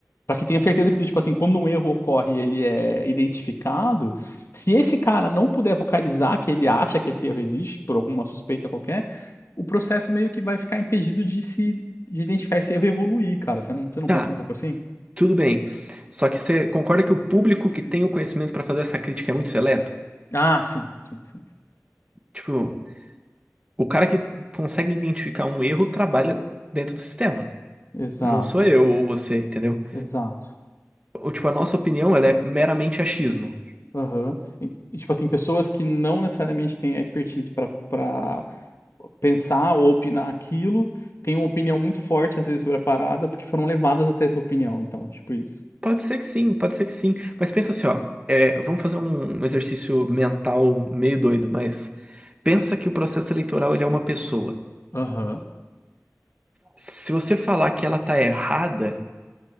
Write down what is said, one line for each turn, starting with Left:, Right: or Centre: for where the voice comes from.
Left: para que tenha certeza que do tipo assim, quando um erro ocorre, e ele é identificado. Se esse cara não puder vocalizar que ele acha que esse erro existe por alguma suspeita qualquer, o processo meio que vai ficar impedido de se de identificar esse erro e evoluir, cara. Você não, você não
Right: tá,
Left: pensa um pouco assim?
Right: tudo bem. Só que você concorda que o público que tem o conhecimento pra fazer essa crítica é muito seleto?
Left: Ah, sim, sim, sim. sim.
Right: Tipo, o cara que consegue identificar um erro trabalha dentro do sistema.
Left: Exato,
Right: Não sou eu ou você, entendeu?
Left: exato.
Right: Ou tipo, a nossa opinião, ela é meramente achismo.
Left: Aham. E, e, tipo assim, pessoas que não necessariamente têm a expertise para para pensar ou opinar aquilo, têm uma opinião muito forte, às vezes, sobre a parada, porque foram levadas até essa opinião. Então, tipo isso.
Right: Pode ser que sim, pode ser que sim. Mas pensa assim, ó. é, vamos fazer um exercício mental meio doido, mas pensa que o processo eleitoral ele é uma pessoa.
Left: Aham.
Right: Se você falar que ela tá errada,